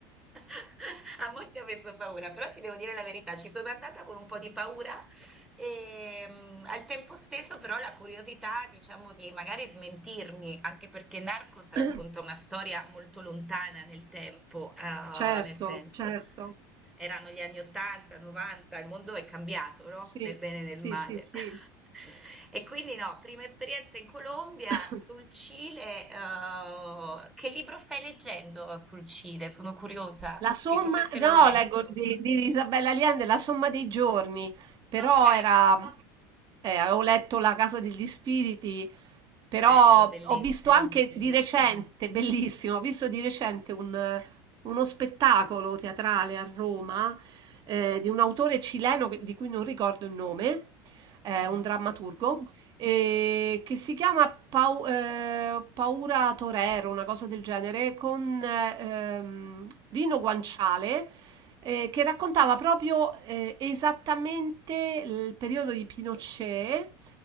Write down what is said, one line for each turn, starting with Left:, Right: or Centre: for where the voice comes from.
Centre: <laughs> A molti ho messo paura, però ti devo dire la verità, ci sono andata con un po' di paura e mm, al tempo stesso però la curiosità, diciamo, di magari smentirmi, anche perché Narcos racconta
Right: <coughs>
Centre: una storia molto lontana nel tempo, eh,
Right: Certo,
Centre: nel senso
Right: certo,
Centre: erano gli anni 80, 90, il mondo è cambiato, no?
Right: sì,
Centre: Nel bene e nel
Right: sì,
Centre: male.
Right: sì, sì.
Centre: <laughs> E quindi no, prima esperienza in Colombia,
Right: <coughs>
Centre: sul Cile, eh, che libro stai leggendo sul Cile? Sono curiosa,
Right: La somma,
Centre: che chissà se
Right: no,
Centre: l'ho letto.
Right: leggo di, di Isabella Allende, La somma dei giorni, però
Centre: Ok,
Right: era, eh, avevo letto La casa degli spiriti, però
Centre: bello, bellissimo.
Right: ho visto anche di recente, bellissimo, ho visto di recente un- uno spettacolo teatrale a Roma, eh, di un autore cileno che- di cui non ricordo il nome, eh,
Centre: Mm,
Right: un drammaturgo, eh, che si chiama Pau- eh, Paura Torero, una cosa del genere, con eh, ehm, Lino Guanciale, eh, che raccontava proprio eh, esattamente il periodo di Pinochet.